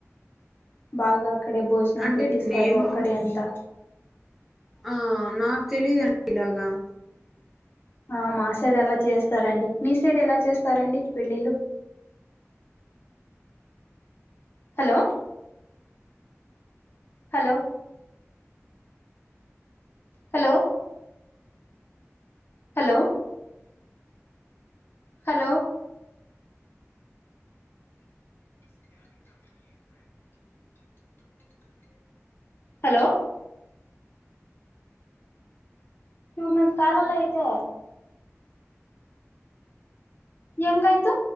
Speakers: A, on the left; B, in the centre.
A: బాగా అక్కడే భోజనాలు
B: అంటే
A: పెట్టిస్తారు
B: నేను
A: అక్కడే అంతా
B: ఆ నాకు తెలీదు అండి ఇలాగ
A: ఆ మా సైడ్ అలా చేస్తారండి మీ సైడ్ ఎలా చేస్తారండి పెళ్ళిలు hello hello hello hello hello <inaudible> hello మీరు కలలే అయితే యంగు అయితు